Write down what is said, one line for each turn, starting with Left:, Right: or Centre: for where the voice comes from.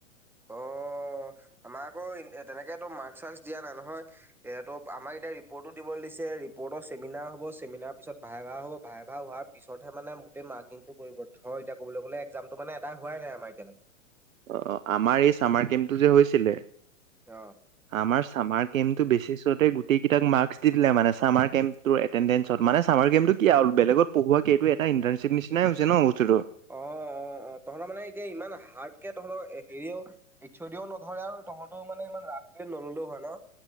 Centre: অ', অ', আমাক আকৌ তেনেকে মাৰ্ক- চাৰ্চ দিয়া নাই নহয়, এ ত' আমাক এতিয়া ৰিপটো দিব পিছে ৰিপতৰ চেমিনাৰ হ'ব চেমিনাৰ পিচত ভাইভা হ'ব ভাইভা হোৱাৰ পিছতহে মানে গোতেই মাৰ্কিংটো ৰিব ধৰ এতিয়া কবলৈ গলে একজামটো মানে এটা হোৱাই নাই আমাৰ এতিয়ালৈকে।
Right: অ আমাৰ কেমটো যে হৈছিলে,
Centre: অ'।
Right: আমাৰ চামাৰ কেমটো বেচিছতে গোটেই কিতাক মাৰ্কচ দি দিলে মানে চামাৰ কেম্পটো এতেনন্দেন্সত মানে চামাৰ কেম্পটো কি আও বেলেগত পঢ়ুৱাকে এইটো এটা ইণ্টাৰ্ণচিপ নিচিনাই হৈছে ন বস্তুটো।
Centre: অ অ অ। তহঁতৰ মানে এতিয়া ইমান হাৰ্ড কে তহঁতৰ হেৰিও এইচ অ দিও নধৰে আৰু তহঁতও মানে ইমান ৰাস নললো হয় ন।